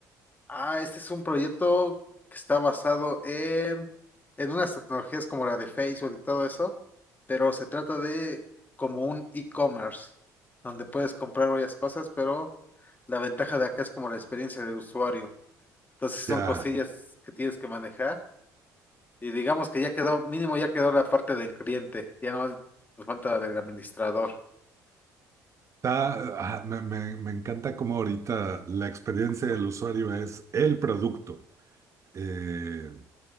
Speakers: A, on the left; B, on the right.
A: Ah, este es un proyecto que está basado en, en unas tecnologías como la de Facebook y todo eso, pero se trata de como un e-commerce, donde puedes comprar varias cosas, pero la ventaja de acá es como la experiencia del usuario. Entonces son
B: Ya,
A: cosillas que tienes que manejar Y digamos que ya quedó, mínimo ya quedó la parte del cliente, ya nomás nos falta la del administrador.
B: está, ah, me, me- me encanta cómo ahorita la experiencia del usuario es el producto. Eh,